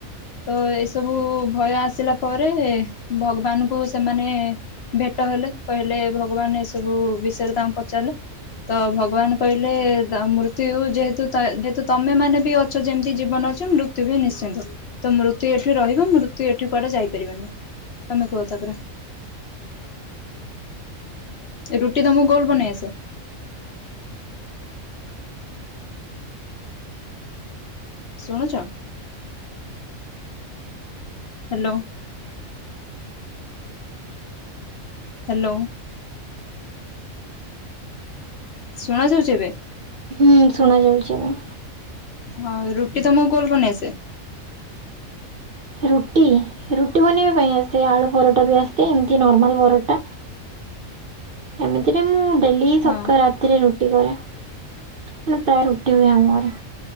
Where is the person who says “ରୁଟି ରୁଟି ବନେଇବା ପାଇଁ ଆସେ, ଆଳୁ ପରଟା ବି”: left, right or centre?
Right